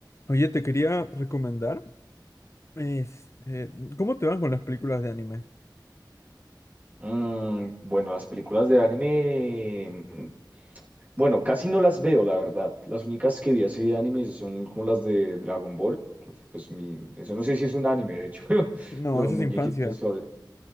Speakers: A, on the left (about 40°); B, on the right (about 20°).
A: Oye, te quería recomendar, este, ¿cómo te van con las películas de anime?
B: Mm, bueno, las películas de anime, mm, bueno, casi no las veo, la verdad. Las únicas que vi así de anime son como las de Dragon Ball, que fue, pues mi, eso no sé si es un anime, de hecho, <laughs> pero,
A: No,
B: pero
A: eso
B: un muñequito
A: es infancia.
B: sobre,